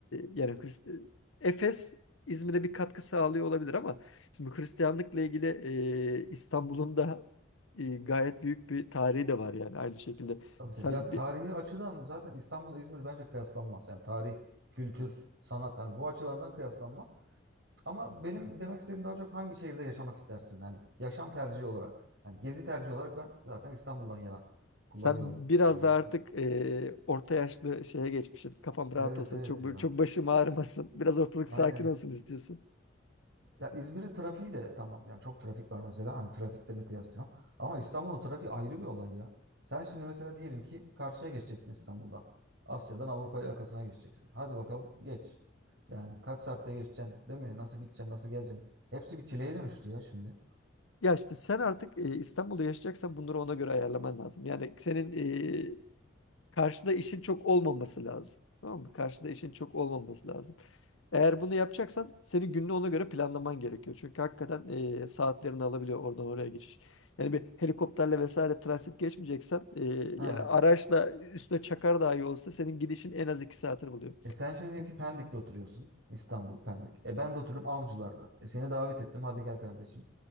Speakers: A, on the left (about 85°); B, on the right (about 65°).
A: yani Hrist- Efes İzmir'e bir katkı sağlıyor olabilir ama şimdi Hristiyanlıkla ilgili e, İstanbul'un da e, gayet büyük bir tarihi de var yani aynı şekilde.
B: Tabii
A: Sen
B: tabii. Ya tarihi
A: bir
B: açıdan zaten İstanbul'la İzmir bence kıyaslanmaz. Yani tarih, kültür, sanat yani bu açılardan kıyaslanmaz. Ama benim demek istediğim daha çok hangi şehirde yaşamak istersin? Hani yaşam tercihi olarak. Hani gezi tercihi olarak ben zaten İstanbul'dan yana kullanıyorum.
A: Sen biraz
B: Aa,
A: da artık e, orta yaşlı şeye geçmişsin. Kafam rahat
B: evet
A: olsun.
B: evet evet
A: Çok
B: ya.
A: böyle- çok başım ağrımasın. Biraz ortalık
B: Aynen.
A: sakin olsun istiyorsun.
B: Ya İzmir'in trafiği de tamam yani çok trafik var mesela hani trafiklerini kıyaslayalım. Ama İstanbul'un trafiği ayrı bir olay ya. Sen şimdi mesela diyelim ki karşıya geçeceksin İstanbul'dan. Asya'dan Avrupa yakasına geçeceksin. Hadi bakalım geç. Yani kaç saatte geçeceksin değil mi? Nasıl gideceksin nasıl geleceksin? Hepsi bir çileye dönüştü ya şimdi.
A: Ya işte sen artık e, İstanbul'da yaşayacaksan bunları ona göre ayarlaman lazım. Yani senin Karşıda işin çok olmaması lazım. Tamam mı? Karşıda işin çok olmaması lazım. Eğer bunu yapacaksan senin gününü ona göre planlaman gerekiyor. Çünkü hakikaten eee, saatlerini alabiliyor oradan oraya geçiş. Yani bir helikopterle vesaire transit geçmeyeceksen eee,
B: He.
A: yani araçla üstüne çakar dahi olsa senin gidişin en az iki saatini buluyor.
B: E sen şimdi diyelim ki Pendik'te oturuyorsun. İstanbul, Pendik. E ben de oturuyorum Avcılar'da. E seni davet ettim. Hadi gel kardeşim.